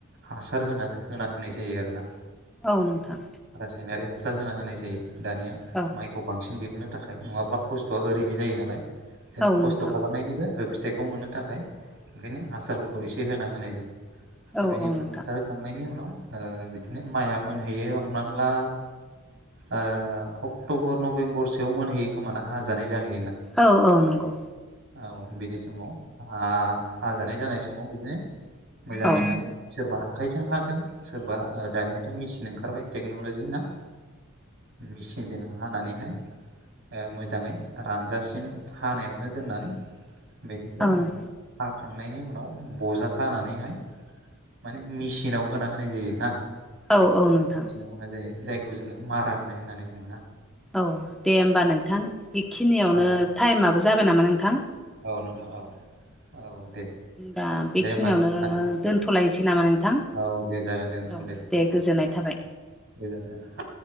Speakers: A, on the right (about 60°); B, in the centre.
A: हासार होना होना होनाय जायो आरोना
B: औ नोंथां
A: रासायनारि हासार होना होनाय जायो दानिया
B: औ
A: माइ खौ बांसिन दिहुननो थाखाय नङाब्ला खस्थ'आ ओरैनो जायो नालाय जोंङो
B: औ
A: खस्थ'
B: नोंथां
A: खालामनायनिबो ओ फि फिथाइखौ मोननो थाखाय ओंखायनो हासारफोरखौ एसे होना होनाय जायो दा
B: औ
A: बेनि
B: औ
A: उनाव
B: नोंथां
A: हासार थांनायनि उनाव ओ बिदिनो माइया मोनहैयो हमनानै ला ओ अक्ट'बर नभेम्बर सोयाव मोनहैयो खोमाना हाज जानाय जाह
B: औ औ नंगौ
A: <unintelligible> औ बिनि समाव आ हाजानाय जानाय समाव बिदिनो मोजांङैहाय
B: औ
A: सोरबा आखाइजों हागोन सोरबा ओ दानियाथ' मेसिन ओंखारबाय टेक्न'लजि ना? मेचिनजों हानानैहाय ओ मोजांङै रानजासिम हानायावनो दोननानै बेनिफ्राय
B: औ
A: हाखांनायनि उनाव बजा खानानैहाय माने मेसिनाव होना होनाय जायो ना?
B: औ औ नोंथां।
A: बुंनाय जायो जायखौ जोंङो मारा होनाय होननानै बुंङोना?
B: औ दे होमबा नोंथां बेखिनियावनो
A: औ
B: टाइमाबो जाबाय नामा नोंथां?
A: औ नोंथां औ औ दे।
B: दा बेखिनियावनो
A: दे होमबा नोंथां
B: दोनथ'लायनोसै नामा नों थां
A: औ दे जागोन दे नोंथां
B: औ दे गोजोननाय थाबाय।
A: दे नोंथा।